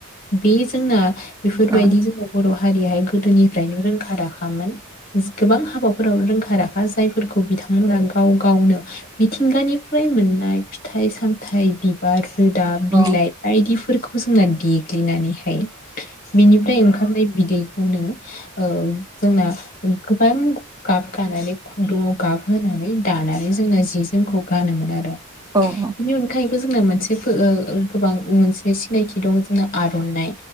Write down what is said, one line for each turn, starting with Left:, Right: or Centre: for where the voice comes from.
Left: बे जोंना बेफोरबायदि
Right: अ
Left: जोंना बर' हारियाहाय गोदोनिफ्रायनो रोंखा राखामोन। जो गोबां हाबाफोराव रोंखा राखा जायफोरखौ बिथांमोना गाव-गावनो मिथिंगानि फ्राय मोननाय फिथाइ-सामथाइ बिबार रोदा बिलाइ
Right: औ
Left: बायदिफो फोरखौ जोंना देग्लिनानैहाय बेनिफ्राय ओंखारनाय बिदैखौनो ओ जोंना गोबां गाब गानानै खुन्दुंआव गाबहोनानै दानानै जोङो जि जोमखौ गानोमोन आरो।
Right: औ
Left: बिनि अनगायै बो जोंना मोनसे बो ओ ओ गोबां मोनसे सिनायथि दं जोंना आर'नाइ।